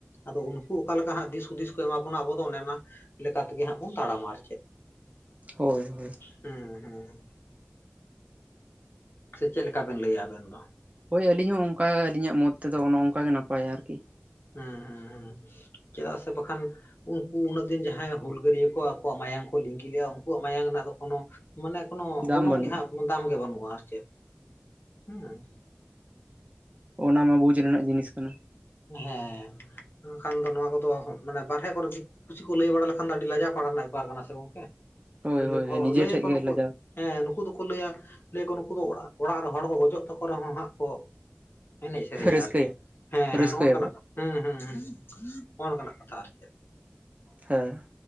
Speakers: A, on the left (about 65°); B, on the right (about 35°).
A: ᱟᱫᱚ ᱩᱱᱠᱩ ᱚᱠᱟ ᱞᱮᱠᱟ ᱦᱟᱸᱜ ᱫᱤᱥ ᱦᱩᱫᱤᱥ ᱠᱚ ᱮᱢᱟ ᱵᱚᱱᱟ ᱟᱵᱚ ᱫᱚ ᱚᱱᱮ ᱚᱱᱟ ᱞᱮᱠᱟ ᱛᱮᱜᱮ ᱦᱟᱸᱜ ᱵᱚᱱ ᱛᱟᱲᱟᱢᱟ ᱟᱨ ᱪᱮᱫ
B: ᱦᱳᱭ ᱦᱳᱭ
A: ᱦᱮᱸ ᱦᱮᱸ ᱥᱮ ᱪᱮᱫ ᱞᱮᱠᱟ ᱵᱮᱱ ᱞᱟᱹᱭᱟ ᱟᱵᱮᱱ ᱫᱚ
B: ᱦᱳᱭ ᱟᱹᱞᱤᱧ ᱦᱚᱸ ᱚᱱᱠᱟ ᱟᱹᱞᱤᱧᱟᱜ ᱢᱚᱛ ᱛᱮᱫᱚ ᱚᱱᱮ ᱚᱱᱠᱟ ᱜᱮ ᱱᱟᱯᱟᱭᱟ ᱟᱨᱠᱤ
A: ᱦᱩᱸ ᱦᱩᱸ ᱦᱩᱸ ᱪᱮᱫᱟᱜ ᱥᱮ ᱵᱟᱠᱷᱟᱱ ᱩᱱᱠᱩ ᱩᱱᱟᱹᱜ ᱫᱤᱱ ᱡᱟᱦᱟᱸᱭ ᱦᱩᱞᱜᱟᱹᱨᱭᱟᱹ ᱠᱚ ᱟᱠᱚᱣᱟᱜ ᱢᱟᱭᱟᱢ ᱠᱚ ᱞᱤᱸᱜᱤ ᱞᱮᱼᱟ ᱩᱱᱠᱩᱣᱟᱜ ᱢᱟᱭᱟᱢ ᱨᱮᱱᱟᱜ ᱫᱚ ᱠᱳᱱᱳ ᱢᱟᱱᱮ ᱠᱳᱱᱳ
B: ᱫᱟᱢ
A: ᱜᱚᱱᱚᱝ
B: ᱵᱟᱹᱱᱩᱜᱼᱟ᱾
A: ᱜᱮ ᱦᱟᱜ ᱫᱟᱢ ᱜᱮ ᱵᱟᱹᱱᱩᱜᱼᱟ ᱟᱨ ᱪᱮᱫ ᱦᱮᱸ
B: ᱚᱱᱟ ᱢᱟ ᱵᱩᱡᱽ ᱨᱮᱱᱟᱜ ᱡᱤᱱᱤᱥ ᱠᱟᱱᱟ
A: ᱦᱮᱸ ᱮᱱᱠᱷᱟᱱ ᱫᱚ ᱱᱚᱣᱟ ᱠᱚᱫᱚ ᱢᱟᱱᱮ ᱵᱟᱨᱦᱮ ᱠᱚᱨᱮ ᱠᱤᱪᱷᱩ ᱠᱚ ᱞᱟᱹᱭ ᱵᱟᱲᱟ ᱞᱮᱠᱷᱟᱱ ᱫᱚ ᱟᱹᱰᱤ ᱞᱟᱡᱟ ᱯᱟᱲᱟ ᱨᱮᱱᱟᱜ ᱵᱮᱯᱟᱨ ᱠᱟᱱᱟ ᱥᱮ ᱜᱚᱝᱠᱮ
B: ᱦᱳᱭ ᱦᱳᱭ
A: ᱦᱚᱲ
B: ᱱᱤᱡᱮ
A: ᱞᱟᱹᱭ
B: ᱴᱷᱮᱡ
A: ᱟᱠᱚ
B: ᱜᱮ
A: ᱱᱩᱠᱩ
B: ᱞᱟᱡᱟᱣ
A: ᱦᱮᱸ ᱱᱩᱠᱩ ᱫᱚᱠᱚ ᱞᱟᱹᱭᱟ ᱞᱟᱹᱭ ᱟᱠᱚ ᱱᱩᱠᱩ ᱫᱚ ᱚᱲᱟᱜ ᱨᱮ ᱦᱚᱲ ᱠᱚ ᱜᱚᱡᱚᱜ ᱛᱟᱠᱚ ᱨᱮᱦᱚᱸ ᱦᱟᱸᱜ ᱠᱚ ᱮᱱᱮᱡ ᱥᱮᱨᱮᱧᱟ
B: ᱨᱟᱹᱥᱠᱟᱹᱭᱟ
A: ᱟᱨ ᱪᱮᱫ ᱦᱮᱸ ᱦᱮᱸ
B: ᱨᱟᱹᱥᱠᱟᱹᱭᱟᱠᱚ
A: ᱱᱚᱜᱼᱚ ᱱᱚᱝᱠᱟᱱᱟᱜ ᱦᱩᱸ ᱦᱩᱸ ᱦᱩᱸ ᱱᱚᱜᱼᱚ ᱱᱚᱝᱠᱟᱱᱟᱜ ᱠᱟᱛᱷᱟ ᱟᱨ ᱪᱮᱫ
B: ᱦᱮᱸ